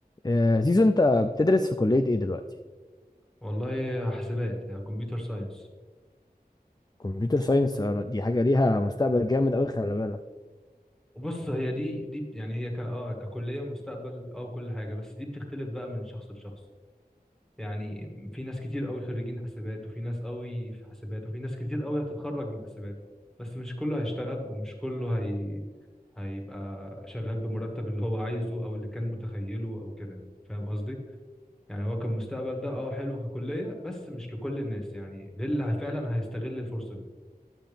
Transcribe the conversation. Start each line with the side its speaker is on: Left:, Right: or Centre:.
Left: آه، زيزو انت بتدرس في كلية ايه دلوقتي؟
Centre: والله حاسبات يعني كمبيوتر ساينس
Left: كمبيوتر ساينس آه، دي حاجة ليها مستقبل جامد قوي خلي بالك
Centre: وبص هي دي دي يعني هي ك اه ككليه مستقبل اه كل حاجه بس دي بتختلف بقى من شخص لشخص يعني في ناس كتير قوي خريجين حاسبات وفي ناس قوي في حاسبات وفي ناس كتير قوي هتتخرج من حاسبات بس مش كله هيشتغل ومش كله هي هيبقى شغال بمرتب اللي هو عايزه او اللي كان متخيله او كده يعني فاهم قصدي يعني هو كان مستقبل ده اه حلو ككليه بس مش لكل الناس يعني للي فعلا هيستغل الفرصه دي